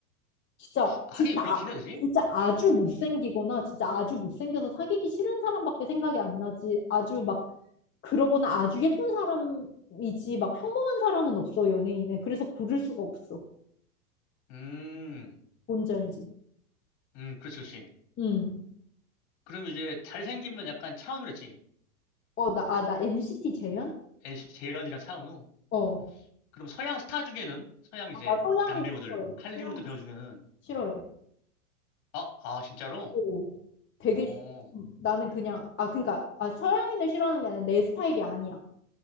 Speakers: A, on the left (about 25°); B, on the left (about 50°).
A: 진짜,
B: 아,
A: 진짜
B: 하긴 그렇긴 해, 그지?
A: 진짜 아주 못생기거나 진짜 아주 못생겨서 사귀기 싫은 사람밖에 생각이 안 나지. 아주 막 그러거나 아주 예쁜 사람이지 막 평범한 사람은 없어 연예인에. 그래서 고를 수가 없어.
B: 음.
A: 뭔지 알지?
B: 음, 그렇지, 그렇지.
A: 응.
B: 그럼 이제 잘생기면 약간 차은우랬지.
A: 어, 나, 아, 나 NCT 재현?
B: NCT 재현이랑 차은우.
A: 어.
B: 그럼 서양 스타 중에는 서양 이제
A: 아, 나 서양인
B: 남배우들
A: 싫어해.
B: 할리우드
A: 서양인
B: 배우 중에는
A: 싫어해.
B: 아, 아 진짜로?
A: 오. 되게
B: 어,
A: 싫- 음, 나는 그냥 아 그러니까 아 서양인을 싫어하는 게 아니라 내 스타일이 아니야.